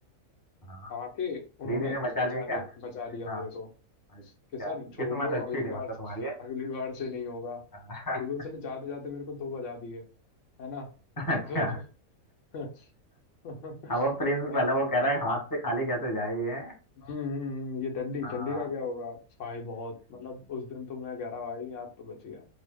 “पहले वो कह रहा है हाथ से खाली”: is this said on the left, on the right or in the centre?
Left